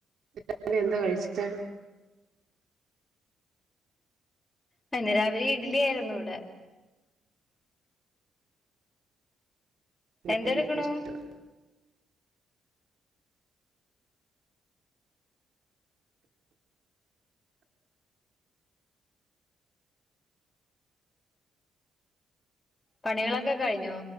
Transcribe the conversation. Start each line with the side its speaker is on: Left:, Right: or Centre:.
Right: രാവിലെ എന്താ കഴിച്ചേ
Left: ആ ഇന്ന് രാവിലീ ഇഡലി ആയിരുന്നു ഇവിടെ
Right: ഇഡലി
Left: എന്തെടുക്കണു
Right: കഴിച്ചോ
Left: പണികളൊക്കെ കഴിഞ്ഞോ